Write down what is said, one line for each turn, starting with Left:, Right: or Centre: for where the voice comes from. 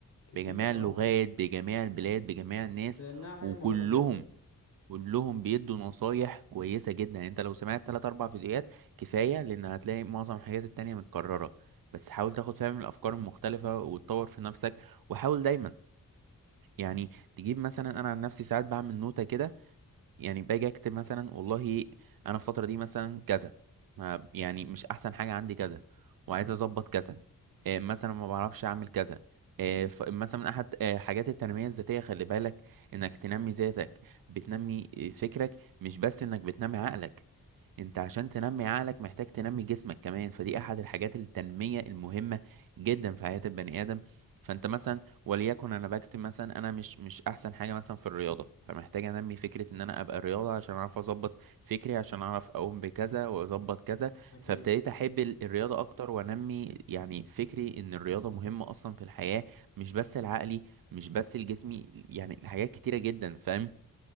Left: كتير
Right: بجميع اللغات
Left: اه
Right: بجميع البلاد بجميع الناس
Left: لانها حاجه
Right: وكلهم
Left: مهمه جدا
Right: كلهم بيدوا نصايح كويسة جدا يعني انت لو سمعت تلات أربع فيديوهات كفاية لأن هتلاقي معظم الحاجات التانية متكررة بس حاول تاخد فيها من الأفكار المختلفة وتطور في نفسك وحاول دايما يعني تجيب مثلا أنا عن نفسي ساعات بعمل نوتة كده يعني باجي اكتب مثلا والله انا الفتره دي مثلا كذا ما- يعني مش احسن حاجه عندي كذا وعايز اظبط كذا آه، مثلا ما بعرفش اعمل كذا آه، ف- مثلا احد آه، حاجات التنميه الذاتيه خلي بالك انك تنمي ذاتك بتنمي آه، فكرك مش بس انك بتنمي عقلك انت عشان تنمي عقلك محتاج تنمي جسمك كمان فدي احد الحاجات التنميه المهمه جدا في حياه البني ادم فانت مثلا وليكن انا بكتب مثلا انا مش مش احسن حاجه مثلا في الرياضه فمحتاج انمي فكره ان انا ابقى رياضه عشان اعرف اظبط فكري عشان اعرف اقوم بكذا واظبط كذا
Left: اكيد
Right: فابتديت احب ال- الرياضه اكتر وانمي يعني فكري ان الرياضه مهمه اصلا في الحياه مش بس العقلي مش بس الجسمي يعني حاجات كتيره جدا فاهم